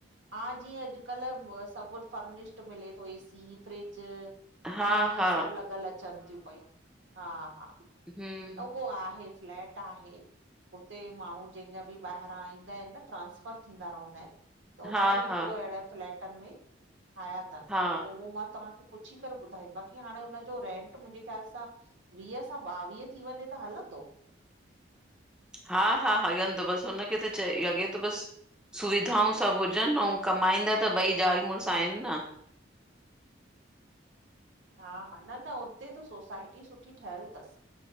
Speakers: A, on the right (about 80°); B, in the centre.
A: हा जीअं अॼुकल सब फर्निशड मिले तो ए सी फ्रिज
B: हा
A: टी वी
B: हा
A: सब लॻल अचन तियूं पयूं हा हा!
B: हम्म्!
A: उहो आहे फ्लैट आहे उते माण्हू जंहिंजा बि ॿाहिरां ईंदा आहिनि न ट्रांसफर थींदा रहंदा आहिनि त हुननि
B: हा
A: हिकिड़ो
B: हा
A: अहिड़े फ्लैटनि में ठाहिया अथनि
B: हा
A: त पोइ उहो मां तव्हांखे पुछी करे ॿुधाई बाक़ी हाणे हुनज जो रेंट मुंहिंजे ख़्याल सां वीह सां ॿावीह थी वञे त हलंदो?
B: हा हा हंलदो बस हुनखे त चई लॻे तो बस सुविधाऊं सभु हुजनि अउ कमाईंदा त ॿई जाल मुरसु आहिनि न!
A: हा हा न न हुते त सोसाइटी सुठी ठहियल अथसि!